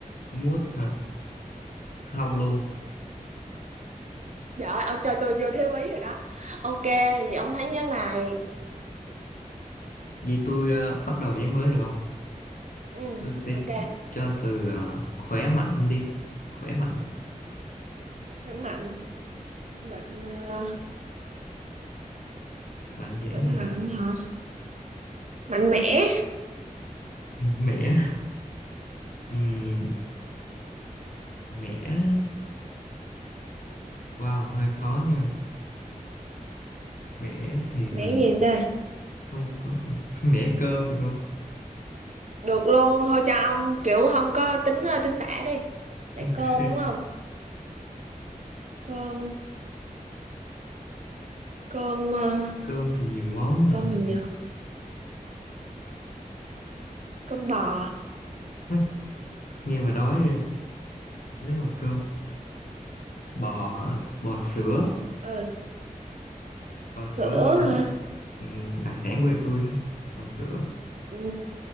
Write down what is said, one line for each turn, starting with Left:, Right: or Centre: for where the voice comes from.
Left: mút hả không luôn
Right: trời ơi, ông cho tôi vô thêm ý rồi đó ok vậy ông thắng ván này
Left: vậy tôi ờ, bắt đầu ván mới được không
Right: ừ
Left: tôi sẽ
Right: ok
Left: cho từ ờ, khỏe mạnh đi khỏe mạnh
Right: khỏe mạnh mạnh ờ,
Left: mạnh dễ
Right: khỏe
Left: mà
Right: mạnh hả mạnh mẽ
Left: <laughs> mẻ Ừm, mẻ ờ, wow hơi khó nha mẻ thì mình
Right: mẽ gì đây
Left: không có <laughs> mẻ cơm được không
Right: được luôn thôi cho ông kiểu không có tính ờ, tính tả đi mẹ
Left: ok
Right: cơm đúng không cơm cơm ờ,
Left: cơm thì nhiều món mà
Right: cơm gì nhỉ cơm bò
Left: <laughs> nghe mà đói rồi nếu mà cơm bò hả bò sữa
Right: ờ,
Left: bò
Right: sữa
Left: sữa là,
Right: hả
Left: ừm, đặc sản quê tôi á bò sữa
Right: ừ,